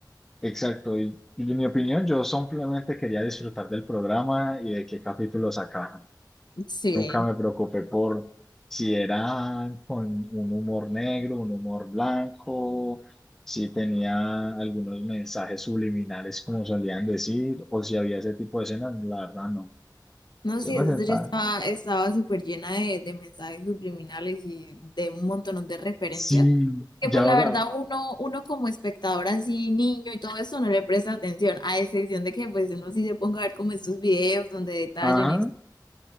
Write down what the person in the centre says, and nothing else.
exacto, y, y en mi opinión, yo simplemente quería disfrutar del programa y de qué capítulo sacaban.
Nunca me preocupé por si era con un humor negro, un humor blanco, si tenía algunos mensajes subliminales, como solían decir, o si había ese tipo de escenas, la verdad no.
Yo
me
sentaba.
Sí,
ya
ahora,
ajá,